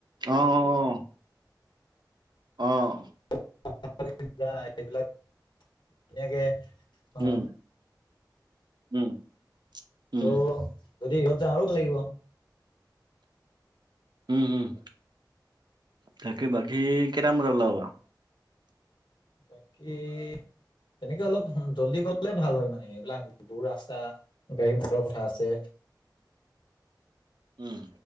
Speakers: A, on the right; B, on the left.
A: অঁ অঁ অঁ অঁ। অঁ।
B: <unintelligible> এইবিলাক ধুনীয়াকে
A: উম
B: অঁ।
A: উম। উম
B: ৰ যদি ইহঁত যায় আৰু ভাল লাগিব।
A: উম উম, তাকে বাকী কেইটামান বজাত ওলাব বাও?
B: বাকী তেনেকে অলপ জল্দি গলে ভাল হয় মানে এইবিলাক দূৰ ৰাস্তা। গাড়ী মটৰৰ কথা আছে।
A: উম।